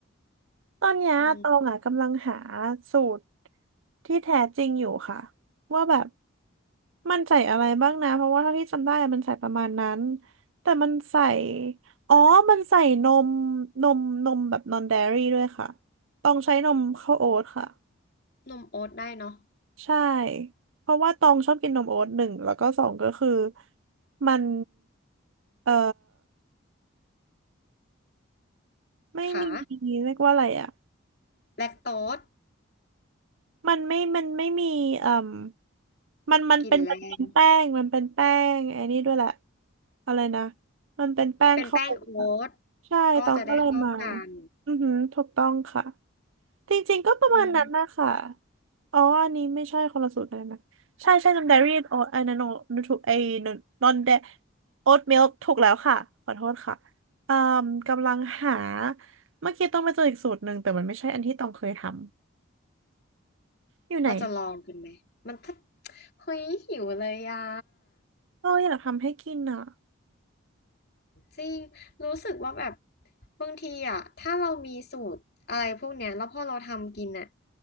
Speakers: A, on the right; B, on the left.
A: ตอนเนี้ยตองอ่ะกำลังหา
B: อืม
A: สูตรที่แท้จริงอยู่ค่ะว่าแบบมันใส่อะไรบ้างนะเพราะว่าเท่าที่จำได้มันใส่ประมาณนั้นแต่มันใส่อ๋อมันใส่นมนมนมแบบนอน d a i รี่ด้วยค่ะต้องใช้นมข้าวโอ๊ตค่ะ
B: นมโอ๊ตได้เนาะ
A: ใช่เพราะว่าตองชอบกินนมโอ๊ตหนึ่งแล้วก็สองก็คือมันเอ่อไม่มี
B: ค่ะ
A: เรียกว่าอะไรอะ
B: แลคโตส
A: มันไม่มันไม่มีเอ่มมันมันเป็นมันเป็นแป้งมันเป็นแป้งไอ้นี่ด้วยแหละ
B: กลิ่นแรง
A: อะไรนะมันเป็นแป้งข้าวโอ๊ตอะ
B: เป็นแป้งโอ๊ต
A: ใช่ตองก็เลยมา
B: ก็จะได้เข้ากัน
A: อือหือถูกต้องค่ะจริงๆก็ประมาณนั้นนะคะ
B: อืม
A: อ๋ออันนี้ไม่ใช่คนละสูตรเลยนะใช่ใช่นมเดอรี่โอ๊ตไอ้นั่นนถูกไอ้นอนเดโอ๊ตมิลถูกแล้วค่ะขอโทษค่ะอ่มกำลังหาเมื่อกี้ต้องไปเจออีกสูตรหนึ่งแต่มันไม่ใช่อันที่ต้องเคยทำอยู่ไหน
B: เราจะลองกันไหมมันถ้าเฮ้ยหิวเลยอ่ะ
A: เอออยากทำให้กินอ่ะ
B: จริงรู้สึกว่าแบบบางทีอ่ะถ้าเรามีสูตรอะไรพวกเนี้ยแล้วพอเราทำกินอ่ะ